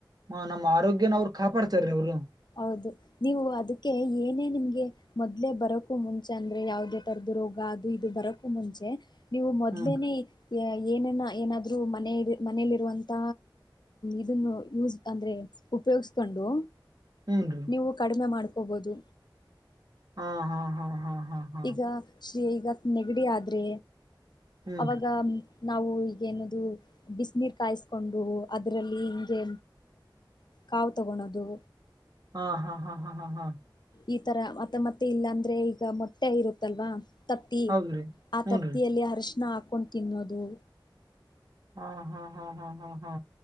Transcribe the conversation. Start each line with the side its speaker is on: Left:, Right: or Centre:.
Right: ಹ ನಮ್ಮ ಆರೋಗ್ಯನ ಅವ್ರರು ಕಾಪಾಡ್ತಾರೀ ಅವ್ರು
Left: ಹೌದು ನೀವು ಅದಕ್ಕೆ ಏನೇ ನಿಮಗೆ ಮೊದ್ಲೇ ಬರಕೂ ಮುಂಚೆ ಅಂದ್ರೆ ಯಾವುದೇ ತಥರದ್ದು ರೋಗ ಅದು ಇದು ಬರೋಕ್ಕೂ ಮುಂಚೆ ನೀವು ಮೊದ್ಲೇನೆೇ
Right: ಹೂನ್ರಿ
Left: ಏನನ್ನ ಏನಾದ್ರೂ ಮನ ಮನೇಲಿರುವಂತ ಇದನ್ನು ಯೂಸ್ ಅಂದ್ರೆ ಉಪಯೋಗಸ್ಕೊಂಡು
Right: ಹೂನ್ರಿ
Left: ನೀವು ಕಡಿಮೆ ಮಾಡ್ಕೊ ಕೋಬೋದು
Right: ಹಾ ಹಾ ಹಾ ಹಾ ಹಾ ಹಾ
Left: ಈಗ ಶ್ರೀ ಈಗ ನೆಗಡಿ ಆದ್ರೆ
Right: ಹೂನ್ರಿ
Left: ಅವಾಗ ನಾವು ಈಗೇನದು ಬಿಸಿನೀರು ಕಾಯಿಸ್ಕೊಂಡು ಅದರಲ್ಲಿ ಹೀಗೆ ಕಾವು ತೊಗಳೋದು
Right: ಹಾ ಹಾ ಹಾ ಹಾ ಹಾ ಹಾ
Left: ಈ ತರ ಮತ್ತೆ ಮತ್ತೆ ಇಲ್ಲ ಅಂದ್ರೆ ಈಗ ಮೊಟ್ಟೆ ಇರುತ್ತಲ್ವಾ ತತ್ತಿ
Right: ಹೌದ್ರಿ
Left: ಆ
Right: ಹೂನ್ರಿ
Left: ತತ್ತಿಯಲ್ಲಿ ಅರ್ಶಣ ಕೊಂಡು ತಿನ್ನೋದು
Right: ಹಾ ಹಾ ಹಾ ಹಾ ಹಾ ಹಾ ಹಾ